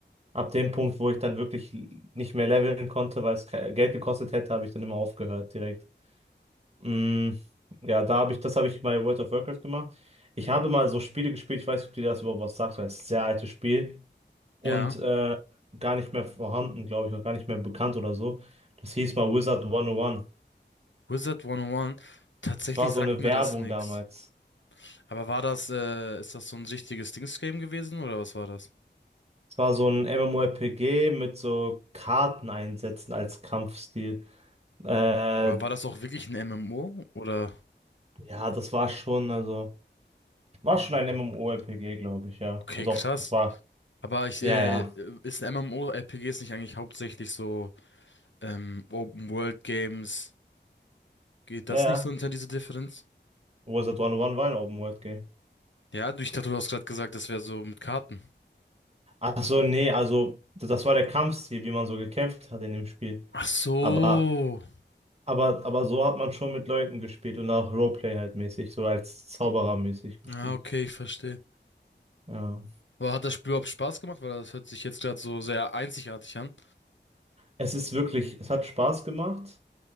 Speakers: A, on the right; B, on the left.
A: ab dem Punkt, wo ich dann wirklich nicht mehr leveln konnte, weil es ke- Geld gekostet hätte, habe ich dann immer aufgehört direkt. Mm, ja, da habe ich, das habe ich bei World of Warcraft gemacht. Ich habe mal so Spiele gespielt, ich weiß nicht, ob dir das überhaupt was sagt, weil es ist ein sehr altes Spiel und
B: Ja,
A: äh, gar nicht mehr vorhanden, glaube ich, und gar nicht mehr bekannt oder so. Das hieß mal Wizard 101.
B: Wizard 101, tatsächlich
A: Es war
B: sagt
A: so eine
B: mir
A: Werbung
B: das nix.
A: damals.
B: Aber war das, äh, ist das so ein richtiges Dings-Game gewesen oder was war das?
A: Es war so ein MMORPG mit so Karten einsetzen als Kampfstil. Äh,
B: War, war das auch wirklich ein MMO oder?
A: ja, das war schon, also, war schon ein MMORPG, glaube ich, ja.
B: Okay,
A: Doch,
B: krass.
A: das war,
B: Aber ich,
A: ja,
B: äh,
A: ja,
B: ist ein MMORPGs nicht eigentlich hauptsächlich so ähm, Open World Games? Geht
A: ja,
B: das
A: ja.
B: nicht so unter diese Differenz?
A: Wizard 101 war ein Open-World-Game.
B: Ja, du- ich dachte, du hast gerade gesagt, das wäre so mit Karten.
A: Ach so, nee, also das war der Kampfstil, wie man so gekämpft hat in dem Spiel.
B: Ach so.
A: Aber, aber, aber so hat man schon mit Leuten gespielt und auch Roleplay halt mäßig, so als Zauberer mäßig gespielt.
B: Ah okay, ich verstehe.
A: Ja.
B: Aber hat das Spiel überhaupt Spaß gemacht? Weil das hört sich jetzt gerade so sehr einzigartig an.
A: Es ist wirklich, es hat Spaß gemacht.